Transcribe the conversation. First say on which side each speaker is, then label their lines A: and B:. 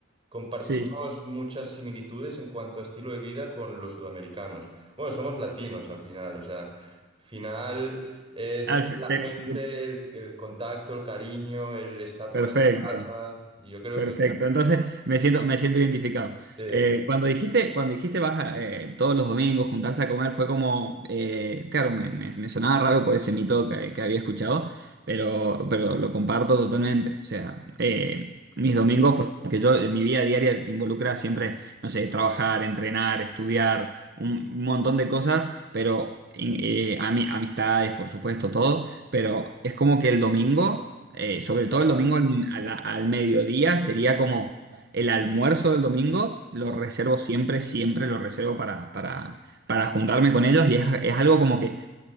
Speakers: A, on the right; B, on the right.
A: compartimos
B: sí.
A: muchas similitudes en cuanto a estilo de vida con los sudamericanos. Bueno, somos latinos al final, o sea, al final... Es
B: Al-
A: la
B: te-
A: gente, el, el contacto, el cariño, el estar fuera
B: Perfecto,
A: de casa. Y yo creo
B: perfecto.
A: que
B: Entonces me siento, me siento identificado.
A: sí,
B: Eh, cuando dijiste, cuando dijiste vas a, eh, todos los domingos juntarse a comer, fue como, eh, claro, me, me- me sonaba raro por ese mito que, que había escuchado, pero, pero lo comparto totalmente. O sea, eh, mis domingos, porque yo en mi vida diaria involucra siempre no sé, trabajar, entrenar, estudiar, un un montón de cosas, pero eh, ami- amistades, por supuesto, todo, pero es como que el domingo, eh, sobre todo
A: sagrado.
B: el domingo al, al- al mediodía, sería como el almuerzo del domingo,
A: Exacto.
B: lo reservo siempre, siempre lo reservo para, para, para juntarme con ellos y es, es algo como que,